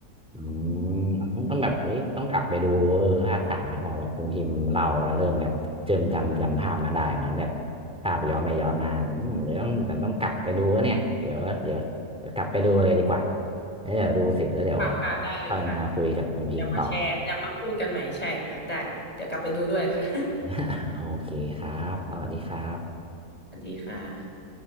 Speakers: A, in the centre; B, on the left.
A: อืมต้องแบบเอ๊ะต้องกลับไปดูเออภาคสามนะพอแบบคุณพิมพ์เราแล้วเริ่มแบบเจิมจำจำภาพมาได้เหมือนแบบภาพย้อนไปย้อนมาอืมเดี๋ยวต้องแต่ต้องกลับไปดูแล้วเนี่ยเดี๋ยวเดี๋ยวเดี๋ยวกลับไปดูเลยดีกว่าแล้วเดี๋ยวดูเสร็จแล้วเดี๋ยว
B: ค่ะค่ะได้เลยค่ะ
A: ค่อยมาคุยกับคุณพิมพ์ต่อ
B: เดี๋ยวมาแชร์เดี๋ยวมาพูดกันใหม่ใช่ค่ะได้ค่ะเดี๋ยวกลับไปดูด้วยค่ะ
A: <laughs> โอเคครับสวัสดีครับ
B: <laughs> สวัสดีค่ะ